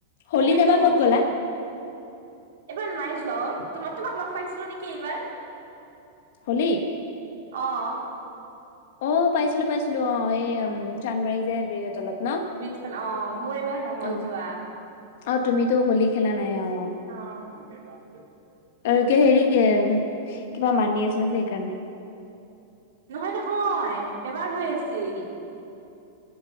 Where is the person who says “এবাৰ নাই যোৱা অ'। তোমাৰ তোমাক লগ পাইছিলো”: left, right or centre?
Right